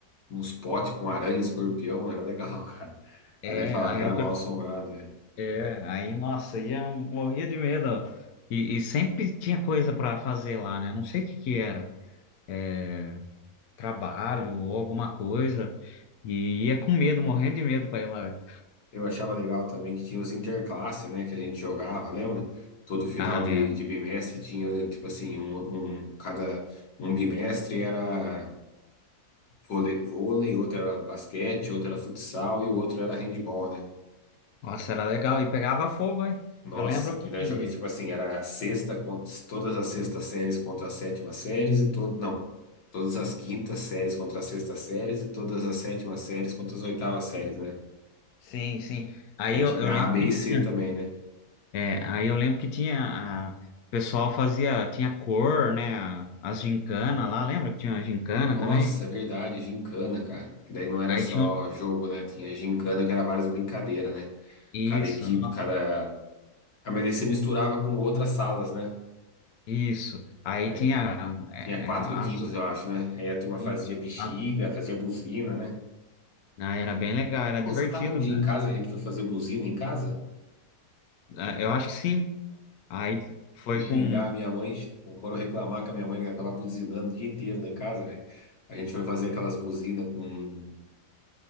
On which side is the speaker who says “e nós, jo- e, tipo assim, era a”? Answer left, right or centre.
Left